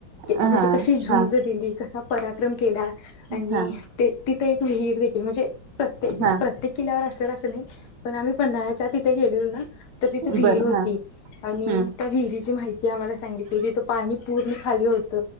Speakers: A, on the left; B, on the right.
A: ते
B: हा
A: म्हणजे कशी झुंज
B: हा
A: दिली कसा पराक्रम केला. आणि
B: हा.
A: ते तिथे एक विहीर देखील म्हणजे प्रत्ये म्हणजे
B: हा.
A: प्रत्येक किल्ल्यावर असेल असं नाही पण आम्ही पंधळ्याच्या ति गेली हू ना त तिथे विहीर
B: बर
A: होती
B: हा
A: आणि
B: हम्म.
A: त्या विहिरीची माहिती आम्हाला सांगितली तिथ पाणी पूर्ण खाली होत